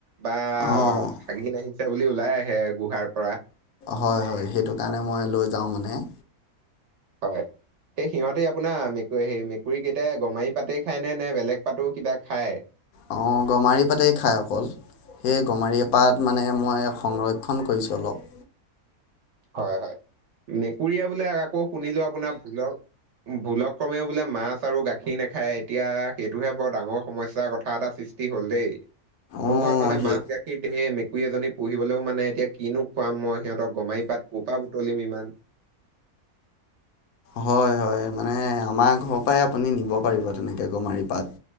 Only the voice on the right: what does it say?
বা
ভাগি <unintelligible> আছে বুলি ওলাই আহে গুহাৰ পৰা
হয় সেই সিহঁতে আপোনাৰ মেকুৰী সেই মেকুৰী ইতিয়া গমাৰি পাতেই খায়নে নে বেলেগ পাতেও কিবা খায়
হয় হয় মেকুৰীয়ে বোলে আকৌ শুনিলো আপোনাৰ ভুলৰ ভুলক ক্ৰমেও বোলে মাছ আৰু গাখীৰ নাখায় এতিয়া সেইটোহে বৰ ডাঙৰ সমস্যাৰ কথা এটা সৃষ্টি হল দেই মোৰ
ঘৰত মানে
মাছ গাখীৰ ঢেৰ ম পুৰী এজনী পুহিবলৈও মানে এতিয়া কিনো খুৱাম মই সিহঁতক গমাৰি পাত কোৰ পৰা বুতলিম ইমান